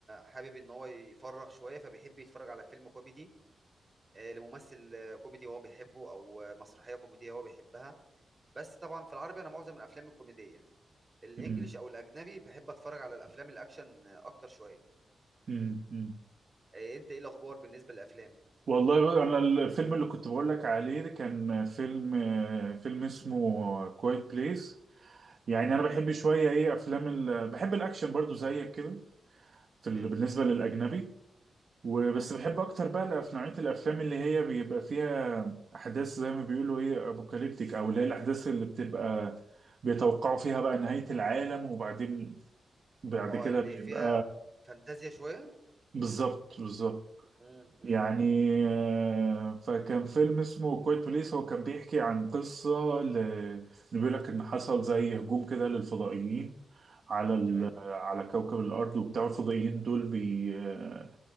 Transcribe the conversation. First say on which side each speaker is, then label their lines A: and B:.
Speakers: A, on the right; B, on the right.
A: حابب ان هو يفرغ شويه فبيحب يتفرج على فيلم كوميدي آه، لممثل آه، كوميدي هو بيحبه او آه، مسرحيه كوميديه هو بيحبها بس طبعا في العربي انا معظم الافلام الكوميديه الانجليش
B: أمم،
A: او الاجنبي بحب اتفرج على الافلام الاكشن آه، اكتر شويه
B: أمم، أمم.
A: آه، انت ايه الاخبار بالنسبه للافلام
B: والله بقى انا الفيلم اللي كنت بقول لك عليه ده كان فيلم فيلم اسمه كوايت بليس يعني انا بحب شويه ايه افلام ال... بحب الاكشن برضو زيك كده في
A: تمام
B: ال... بالنسبه للاجنبي وبس
A: اه
B: بحب اكتر بقى الأف- نوعيه الافلام اللي هي بيبقى فيها احداث زي ما بيقولوا ايه ابوكاليبتيك او اللي هي الاحداث اللي بتبقى بيتوقعوا فيها بقى نهاية العالم وبعدين بعد
A: اه
B: كده
A: اللي
B: بيبقى
A: فيها فانتازيا شويه
B: بالظبط بالظبط
A: امم امم
B: يعني آه، فكان فيلم اسمه كويت بليس هو كان بيحكي عن قصة ل... اللي بيقول لك إن حصل زي هجوم كده للفضائيين على ال...
A: تمام
B: على كوكب الأرض وبتاع الفضائيين دول بي... آه،